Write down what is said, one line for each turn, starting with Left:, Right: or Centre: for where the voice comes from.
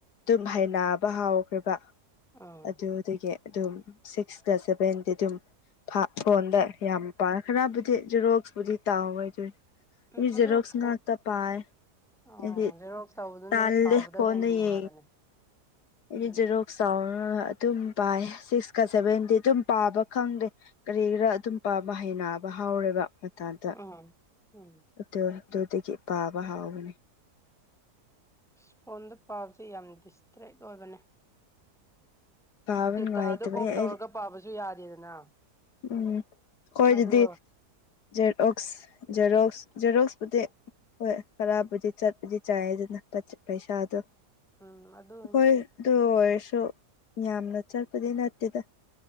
Left: ꯑꯗꯨꯝ ꯍꯕ ꯍꯥꯎꯈ꯭ꯔꯦꯕ
Centre: ꯑꯥ
Left: ꯑꯗꯨꯗꯒꯤ ꯑꯗꯨꯝ ꯁꯤꯛꯁꯀ ꯁꯚꯦꯟꯗꯤ ꯑꯗꯨꯝ ꯐꯣꯟꯗ ꯌꯥꯝ ꯄꯥ ꯈꯔꯕꯨꯗꯤ ꯖꯦꯔꯣꯛꯁꯄꯨꯗꯤ ꯇꯥꯎꯔꯣꯏꯗꯣꯏ
Centre: ꯎꯝ
Left: ꯖꯦꯔꯣꯛꯁ
Centre: ꯑꯗꯨ ꯐꯣ
Left: ꯉꯥꯛꯇ ꯄꯥꯏ
Centre: ꯑꯣ
Left: ꯑꯗꯨꯗꯤ
Centre: ꯖꯦꯔꯣꯛꯁ ꯇꯧꯕꯗꯨꯅ
Left: ꯇꯥꯜꯗꯦ
Centre: ꯄꯥꯕꯗ
Left: ꯐꯅ
Centre: ꯍꯦꯟꯅ ꯅꯨꯡꯉꯥꯏꯕꯅꯦ
Left: ꯌꯦ ꯑꯩꯗꯤ
Centre: ꯎꯝ
Left: ꯖꯦꯔꯣꯛ ꯆꯥꯎꯔ ꯑꯗꯨꯝ ꯄꯥꯏ ꯁꯤꯛꯁꯀ ꯁꯚꯦꯟꯗꯤ ꯑꯗꯨꯝ ꯄꯥꯕ ꯈꯪꯗꯦ ꯀꯔꯤ ꯈꯔꯥ ꯑꯗꯨꯝ ꯄꯥꯕ ꯍꯩ ꯕ ꯍꯥꯎꯔꯦꯕ ꯥꯟꯗ
Centre: ꯎꯝ ꯎꯝ
Left: ꯑꯗꯨ ꯑꯗꯨꯗꯒꯤ ꯄꯥꯕ ꯍꯥꯎꯕꯅꯦ
Centre: ꯑꯁ ꯐꯣꯟꯗ ꯄꯥꯕꯁꯦ ꯌꯥꯝꯅ ꯗꯤꯁꯇ꯭ꯔꯦꯛ ꯑꯣꯏꯕꯅꯦ
Left: ꯄꯥꯕ
Centre: ꯗꯇꯥꯗꯣ
Left: ꯅꯨꯡꯉꯥꯏꯇꯕꯩ
Centre: ꯑꯣꯐ ꯇꯧꯔꯒ
Left: ꯑꯩ
Centre: ꯄꯥꯕꯁꯨ ꯌꯥꯗꯦꯗꯅ
Left: ꯎꯝ ꯍꯣꯏ ꯑꯗꯨꯗꯤ
Centre: ꯑꯗꯣ
Left: ꯖꯦꯔꯣꯛꯁ ꯖꯦꯔꯣꯛꯁ ꯖꯦꯔꯣꯛꯁꯄꯗꯤ ꯍꯣꯏ ꯍꯔꯥꯕꯨꯗꯤ ꯆꯠꯄꯗꯤ ꯆꯥꯏ ꯑꯗꯨꯅ ꯄꯩꯁꯥꯗꯣ
Centre: ꯎꯝ ꯑꯗꯨ
Left: ꯑꯩꯈꯣꯏ
Centre: ꯑꯗꯨ
Left: ꯑꯗꯨ ꯑꯣꯏꯔꯁꯨ ꯌꯥꯝꯅ ꯆꯠꯄꯗꯤ ꯅꯠꯇꯦꯗ